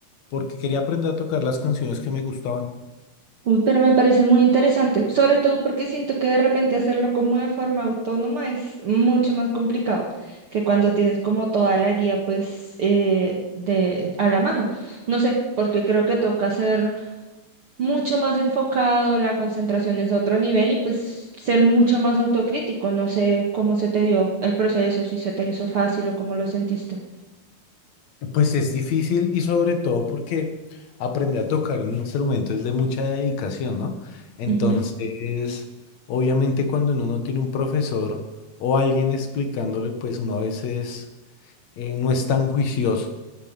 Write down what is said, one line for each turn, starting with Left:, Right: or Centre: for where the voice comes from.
Left: porque quería aprender a tocar las canciones que me gustaban.
Right: Uy, pero me parece muy interesante, sobre todo porque siento que de repente hacerlo como de forma autónoma es mucho más complicado que cuando tienes como toda la guía pues eh, de a la mano. No sé, porque creo que toca ser mucho más enfocado, la concentración es otro nivel y pues ser mucho más autocrítico. No sé cómo se te dio el proceso, si se te hizo fácil o cómo lo sentiste.
Left: Pues es difícil y sobre todo porque aprender a tocar un instrumento es de mucha dedicación, ¿no? Entonces,
Right: Ujú,
Left: obviamente cuando uno no tiene un profesor o alguien explicándole, pues uno a veces eh, no es tan juicioso.